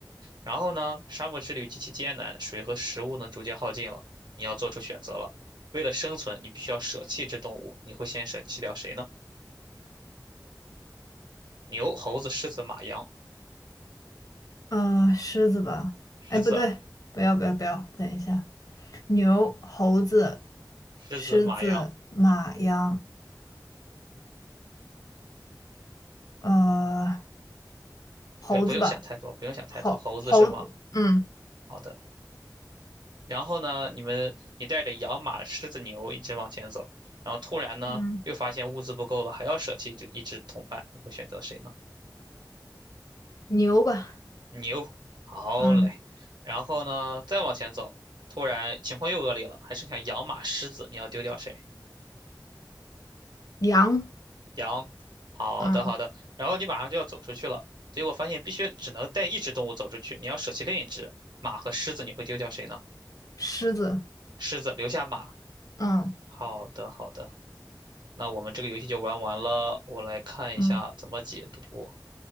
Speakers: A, on the right; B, on the left.
A: 然后呢，沙漠之旅极其艰难，水和食物呢逐渐耗尽了，你要做出选择了。为了生存，你必须要舍弃这动物，你会先舍弃掉谁呢？牛、猴子、狮子、马、羊。
B: 嗯、狮子吧，
A: 狮子啊，
B: 哎，不对，不要，不要，不要，等一下，牛、猴子、
A: 狮子，
B: 狮子、
A: 马、羊。
B: 马、羊，呃，猴子吧，
A: 不，不用想太多，不用想太多。
B: 猴猴，
A: 猴子是吗？
B: 嗯，
A: 好的。然后呢，你们你带着羊、马、狮子、牛一直往前走，然后突然呢，
B: 嗯，
A: 又发现物资不够了，还要舍弃一只一只同伴，你会选择谁呢？
B: 牛吧，
A: 牛，好嘞。
B: 嗯，
A: 然后呢，再往前走，突然情况又恶劣了，还剩下羊、马、狮子，你要丢掉谁？
B: 羊，
A: 羊，好的好的。
B: 嗯，
A: 然后你马上就要走出去了，结果发现必须只能带一只动物走出去，你要舍弃另一只马和狮子，你会丢掉谁呢？
B: 狮子，
A: 狮子留下马，
B: 嗯，
A: 好的好的。那我们这个游戏就玩完了，我来看一下怎么解读。
B: 嗯，